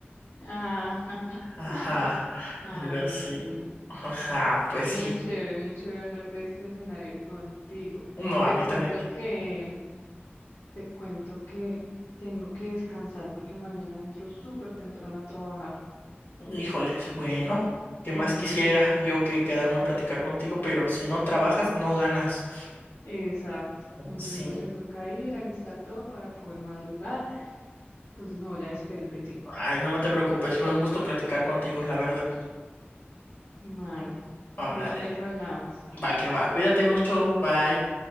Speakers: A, on the left; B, on the left.
A: Ah, <laughs>
B: Ajá,
A: ay,
B: era así.
A: bueno.
B: Ajá, pues
A: Muy
B: sí.
A: chévere, muy chévere hablar de este escenario contigo.
B: No,
A: Te
B: a mí
A: cuento
B: también.
A: que, te cuento que tengo que descansar porque mañana entro súper temprano a trabajar.
B: Híjoles, bueno, ¿qué
A: Entonces,
B: más quisiera yo que quedarme a platicar contigo? Pero si no trabajas, no ganas.
A: exacto. Entonces
B: Sí.
A: me toca ir, a alistar todo para poder madrugar. Entonces me voy a despedir de ti.
B: Ay, no te preocupes, fue un gusto platicar contigo, la verdad.
A: Vale,
B: Órale,
A: después hablamos.
B: va que va, cuídate mucho, bye.